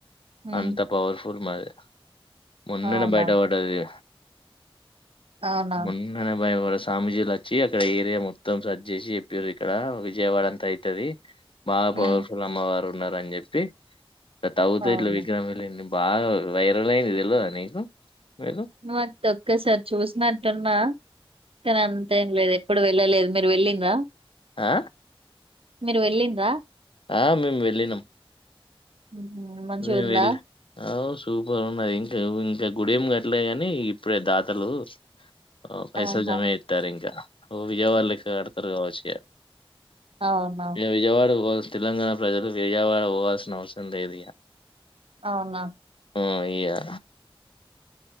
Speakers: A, on the right (about 70°); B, on the left (about 60°).
A: హ్మ్.
B: అంత పవర్ఫుల్ మాది, మొన్ననే
A: అవునా?
B: బయటవడ్డది.
A: అవునా?
B: మొన్ననే భయం వరస్ రామోజీ లైక్ చ్చి అక్కడ ఏరియా మొత్తం సర్జ్ జేసి జెపిర్రు ఇక్కడ విజయవాడ అంత అయితది. బాగా
A: హ్మ్.
B: పవర్ ఫుల్ అమ్మవారు. ఉన్నారని జెప్పి ఇట తావ్తే
A: అవును.
B: ఇట్ల విగ్రహం ఎలింది బాగా వైరల్ అయింది దెల్వదా నీకు మీకు
A: నువ్వత్తే ఒక్కసారి చూసినట్టున్నా కాని అంతేం లేదు ఎప్పుడు వెళ్ళలేదు మీరు వెళ్ళిండ్రా.
B: ఆ
A: మీరు వెళ్ళిండ్రా.
B: ఆ మేం వెళ్లినం.
A: హుహు. మంచిగుందా?
B: వె వెళ్ళా ఓస్ సూపర్ ఉన్నది ఇంక ఇంకా గుడెం కట్టలే కాని ఇప్పుడే దాతలు ఆ పైసల్
A: ఆహా!
B: జమజేత్తారు ఇంకా ఓ విజయవాడ లెక్క కడుతరు కావచ్చు ఇగ
A: అవునా?
B: ఇది విజయవాడకు పోద్ తెలంగాణ ప్రజలు విజయవాడ పోవాల్సిన అవసరం లేదు ఇగ
A: అవునా
B: మావయ్య